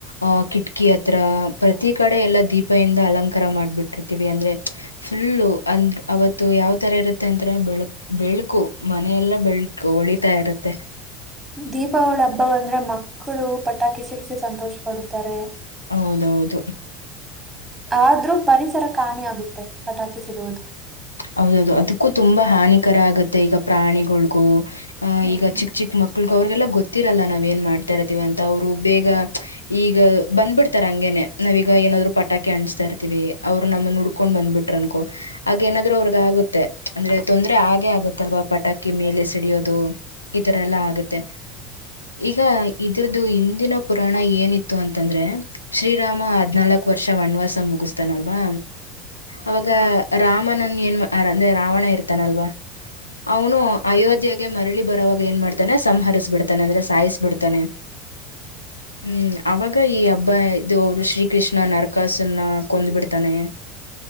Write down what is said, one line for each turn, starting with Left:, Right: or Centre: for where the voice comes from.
Left: ಆಹ ಕಿಟ್ಕಿ ಹತ್ರ ಪ್ರತಿ ಕಡೆ ಎಲ್ಲಾ ದೀಪ ಇಿಂದ ಅಲಂಕಾರ ಮಾಡ್ಬಿಟ್ಟು ಪ್ರೃತಿವಿಿ ಅಂದ್ರೆ ಫುಲ್ಲು ಅಂದ ಅವತ್ತು ಯಾವ್ ತರ ಇರುತ್ತೆ ಅಂತ್ರ ಬೆಳ ಬೆಳಕು ಮನೆಯ ಎಲ್ಲ ಬೆಳ ೋ ಹೊಳಿತಾ ಇರತ್ತೆ
Centre: ದೀಪಾವಳಿ ಹಬ್ಬ ಬಂದ್ರೆ ಮಕ್ಕಳು ಪಟಾಕಿ ಸಿಡಸಿ ಸಂತೋಷ ಪಡುತ್ತಾರೆ
Left: ಹೌದೌದು
Centre: ಆದ್ರೂ ಪರಿಸರ ಕಾಣಿ ಆಗುತ್ತೆ ಪಟಾಕಿ ಸಿಡುವುದು
Left: ಹೌದೌದು ಅದಕ್ಕೂ ತುಂಬಾ ಹಾನಿಕರ ಆಗತ್ತೆ ಈಗ ಪ್ರಾಣಿಗಳಗೂ ಆ
Centre: ಹ್ಮ್
Left: ಈಗ ಚಿಕ್ ಚಿಕ್ ಮಕ್ಳಗ ಅವ್ರಗೆಲ್ಲ ಗೊತ್ತಿರಲ್ಲ ನಾವ್ ಏನ್ ಮಾಡ್ತಾ ಇರ್ತಿೀವ ಅಂತ ಅವ್ರು ಬೇಗ ಈಗ ಬಂದ್ಬಿಡ್ತಾರ ಹಂಗೇನೆ ನಾವ್ೀಗ ಏನಾದ್ರು ಪಟಾಕಿ ಅಣಿಸಸ್ತಾ ಇರ್ತಿೀವಿ ಅವ್ರರು ನಮ್ಮನ್ನ ಉುಡ್ಕೊಂಡ್ ಬಂದ್ಬಿಟ್ಟ ಟ್ರಂಕೋ ಹಾಗೇಏನಾದ್ರು ಅವ್ರಗ ಆಗುತ್ತೆ ಅಂದ್ರೆ ತೊಂದ್ರರೆ ಹಾಗೆ ಆಗತ್ತಲ್ವಾ ಪಟಾಕಿ ಮೇಲೆ ಸಿಡಿಯೋದು ಈ ತರ ಎಲ್ಲಾ ಆಗುತ್ತೆ ಈಗ ಇದ್ರದು ಹಿಂದಿನ ಪುರಾಣ ಏನಿತ್ತು ಅಂತಂದ್ರೆ ಶ್ರೀರಾಮ ಹದ್ನಾಾಲ್ಕ್ ವರ್ಷ ವನ್ವಾಸ ಮುಗಿಸತಾನಲ್ವಾ ಅವಾಗ ರಾಮನನ್ ಏನ್ ಅಂದ್ರೆ ರಾವಣ ಇರ್ತಾನಲ್ವಾ ಅವನು ಅಯೋಧ್ಯ ಮರಳಿ ಬರವಾಗ ಏನ್ ಮಾಡ್ತಾನೆ ಸಂಹರಿಸ ಬಿಿತಾನೆ ಅಂದ್ರೆ ಸಾಯ್ಬಿಡ್ತಾನೆ ಹೂ ಅವಾಗ ಈ ಹಬ್ಬ ಇದು ಅವರು ಶ್ರೀಕೃಷ್ಣ ನರಕಾಸನ್ನ ಕೊಂದ್ ಬಿಿಡ್ತಾನೆ